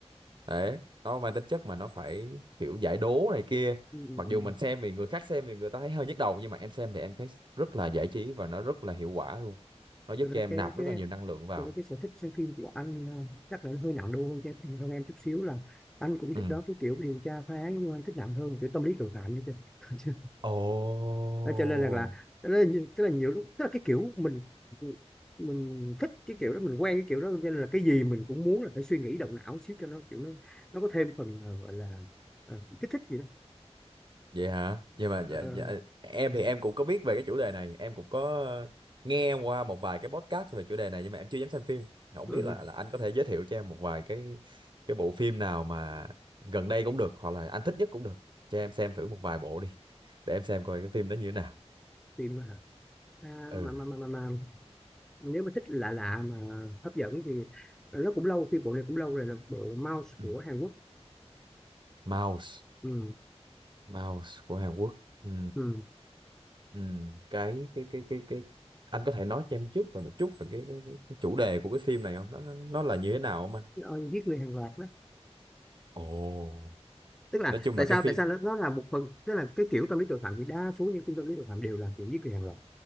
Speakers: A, on the right (about 45°); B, in the centre.
A: đấy nó mang tính chất mà nó phải kiểu giải đố này kia
B: ừ, ừ,
A: mặc
B: ừ.
A: dù mình xem thì người khác xem thì người ta thấy hơi nhức đầu nhưng mà em xem thì em thấy rất là giải trí và nó rất là hiệu quả luôn nó giúp
B: Thực ra
A: cho em
B: cái
A: nạp
B: cái
A: rất là nhiều năng lượng vào
B: tôi nói cái sở thích xem phim của anh ờ, chắc là nó hơi nặng đô hơn cho em, hơn em chút xíu là anh cũng thích
A: ừ
B: đó cái kiểu điều tra phá án nhưng mà anh thích nặng hơn kiểu tâm lý tội phạm như thế <laughs>
A: Ồ.
B: Đó, cho nên rằng là tức là, tức là nhiều lúc tức là cái kiểu mình mình thích cái kiểu đó mình quen cái kiểu đó cho nên là cái gì mình cũng muốn là phải suy nghĩ động não xíu cho nó kiểu nó nó có thêm phần ờ, gọi là ờ, kích thích gì đó
A: vậy hả nhưng mà
B: Ờ,
A: dạ,
B: ờ,
A: dạ, em thì em cũng có biết về cái chủ đề này em cũng có ờ, nghe qua một vài cái podcast về chủ đề này nhưng mà em chưa dám xem phim không
B: ừ,
A: biết là là anh có thể giới thiệu cho em một vài cái cái bộ phim nào mà gần đây cũng được hoặc là anh thích nhất cũng được cho em xem thử một vài bộ đi để em xem coi cái phim đó như thế nào
B: phim hả à,
A: ừ
B: mà, mà, mà, mà, mà nếu mà thích lạ lạ mà hấp dẫn thì nó cũng lâu phim bộ này cũng lâu rồi là bộ Mouse
A: ừ.
B: của Hàn Quốc
A: Mouse
B: ừ
A: Mouse của Hàn Quốc ừ.
B: ừ
A: Ừ. cái cái cái cái cái anh có thể nói cho em trước về một chút về cái, cái, cái, cái chủ đề của cái phim này không nó nó, nó là như thế nào không anh
B: Ờ, giết người hàng loạt đó
A: Ồ
B: tức là
A: nói chung
B: tại
A: là
B: sao
A: cái phim
B: tại sao nó nó là một phần tức là cái kiểu tâm lý tội phạm thì đa số những phim tâm lý tội phạm đều là kiểu giết người hàng loạt